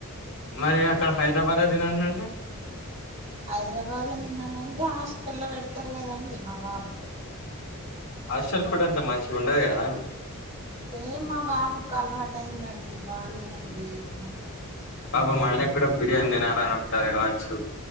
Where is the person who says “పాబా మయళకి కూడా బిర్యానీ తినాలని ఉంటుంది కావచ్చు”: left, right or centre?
Left